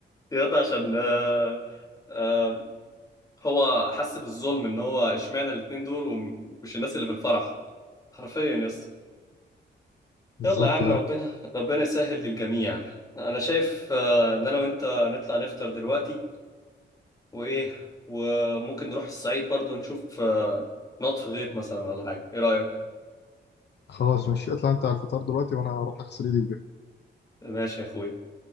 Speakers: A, on the left (about 20°); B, on the left (about 65°).
A: ياض عشان آه آه هو حس بالظلم ان هو اشمعنى الاتنين دول ومش الناس اللي في الفرح حرفيا يا اسطى
B: بالظبط
A: يلا يا عم
B: يا
A: ربنا ربنا يسهل للجميع انا شايف آه ان انا وانت نطلع نفطر دلوقتي وايه وممكن نروح الصعيد برضو نشوف آه نط في غيط مثلا ولا حاجه ايه رايك
B: خلاص مش اطلع انت على الفطار دلوقتي وانا اروح اغسل ايدي وجهي
A: ماشي يا اخويا